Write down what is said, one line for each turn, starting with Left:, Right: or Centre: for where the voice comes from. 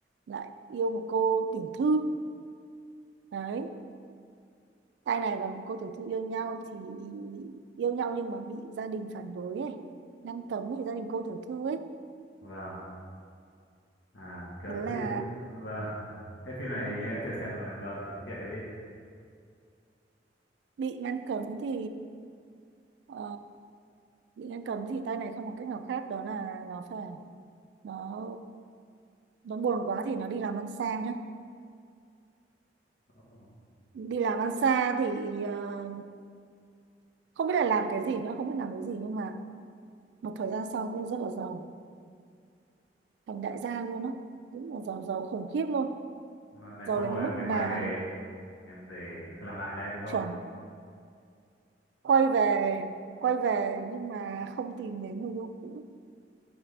Right: lại yêu một cô tiểu thư đấy anh này và một cô tiểu thư yêu nhau thì yêu nhau nhưng mà bị gia đình phản đối ấy ngăn cấm ấy, gia đình cô tiểu thư ấy
Left: vâng, à, kiểu,
Right: thế là
Left: thì, vâng. <laughs> Thế phim này như em chưa xem rồi, vâng, chị kể tiếp đi.
Right: bị ngăn cấm thì ờ, bị ngăn cấm thì tay này không có cách nào khác đó là nó phải nó nó buồn quá thì nó đi làm ăn xa nhá
Left: Ồ.
Right: đi làm ăn xa thì ờ, không biết là làm cái gì nữa không biết làm cái gì nhưng mà một thời gian sau thì rất là giàu thành đại gia luôn á rất là giàu giàu khủng khiếp luôn
Left: Và này
Right: giàu
Left: xong
Right: đến
Left: rồi
Right: cái mức
Left: mày
Right: mà
Left: quay về để làm lại đây đúng không?
Right: chuẩn quay về quay về nhưng mà không tìm đến người yêu cũ